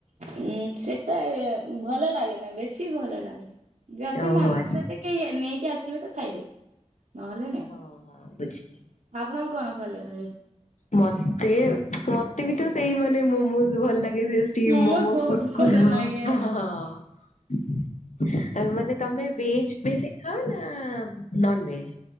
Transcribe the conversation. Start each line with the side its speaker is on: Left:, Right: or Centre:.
Right: ଉଁ ସେଟା ଭଲ ଲାଗେନା ବେଶୀ ଭଲ ଲାଗେ ଯଦି
Left: ଓହୋ
Right: ମନ
Left: ଆଚ୍ଛା।
Right: ହୁଏ। କି ନେଇକି ଆସିବେ ତ ଖାଇଦେବି ନହେଲେ ନାଇଁ
Left: ହଁ ହଁ ବୁଝିଲି।
Right: ଆପଣଙ୍କୁ କଣ ଭଲ ଲାଗେ
Left: ମତେ ମତେ ବି ତ ସେଇ ମାନେ ମୋମୋଜ ଭଲ ଲାଗେ ସେ ଷ୍ଟିମ
Right: ମୋମୋସ୍
Left: ମୋମୋ
Right: ବହୁତ
Left: କୁର୍କୁରେ
Right: ଭଲ
Left: ମୋମୋ
Right: ଲାଗେ
Left: ହଁ ହଁ ଆ ମାନେ। ତମେ ବେଜ ବେସିି ଖାଅ ନା ନନ୍ ଭେଜ୍।